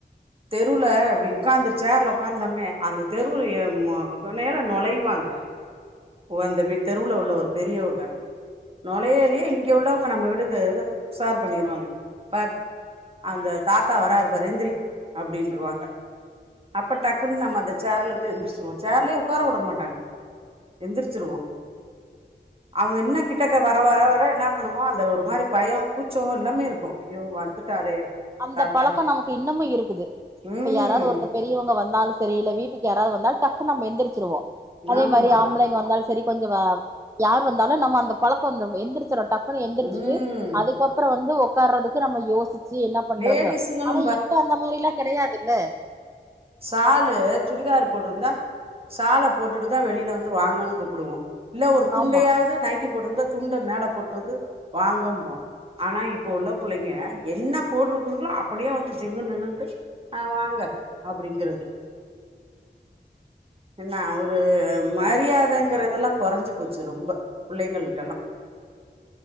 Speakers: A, on the right; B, on the right.
A: தெருவுல இப்டி ஒக்காந்து சேர்ல ஒக்காந்தமே அந்த தெருவுலயே மொ மொனைல நொழைவாங்க வந்த வி தெருவுல உள்ள ஒரு பெரியவங்க நொழையிலயே இங்க உள்ளவங்க நம்ம வீட்டுக்கு உசார் பண்ணிருவாங்க பார் அந்த தாத்தா வராருப்பாரு எந்திரி அப்படின்ருவாங்க அப்ப டக்குன்னு நம்ம அந்த சேர்ல இருந்து எந்திரிச்சுருவோ சேர்லே ஒக்கார உட மாட்டாங்க எந்திரிச்சிருவோ
B: ம்
A: அவுங்க இன்னு கிட்டக்க வர வர வர என்னா பண்ணுவோ அந்த ஒரு மாரி பயோ கூச்சே எல்லாமே இருக்கூ ஐயோ வந்துட்டாரே
B: அந்த
A: தாத்தா
B: பழக்கோ நமக்கு இன்னமூ இருக்குது
A: ம்
B: இப்ப யாராவ்து ஒருத்த பெரியவங்க வந் ந்தால் செரி இல்ல வீட்டுக்கு யாராவ வந்தால் டக்குனு நம்ம எந்திரிச்சிருவோ அதே
A: ஆமா
B: மாரி ஆம்ப்ளைங்க வந்தால் செரி கொஞ்சோ வா யார் வந்தாலூ நம்ம அந்த பழக்கோ வந்த எந்திரிச்சிர்றோ டக் குனு எந்திரிச்சுட்டு
A: ம்
B: அதுக்கப்றோ வந்து ஒக் க்காறதுக்கு நம்ம யோசிச்சு பண்றத
A: லேடிஸுங்களு
B: ஆனா இப்ப அந்த மாரிலா கெடயாதுல்ல
A: சாலு சுடிதார் போட்டுருந்தா சால போட்டுட்டு தா வெளில வந்து வாங்கனு கூப் புடுவோ இல்ல ஒரு துண்டயாவது
B: ஆமா
A: நைட் ட்டி போட்டுருந்தா துண்ட மேல போட்டு வந்து வாங்கம்ப்போ ஆனா இப்போ உள்ள புள்ளைங்க என்ன போட்டுருக்குங்ளோ அப்டியே வந்து ஜிங்குனு நின்னுட்டு ஆ வாங்க அப்டிங்கிறது என்ன ஒரு மரியாதங்கிறதெல்லா கொறஞ்சு போச்சு ரொம்போ புள்ளைங்கள்ட்டலா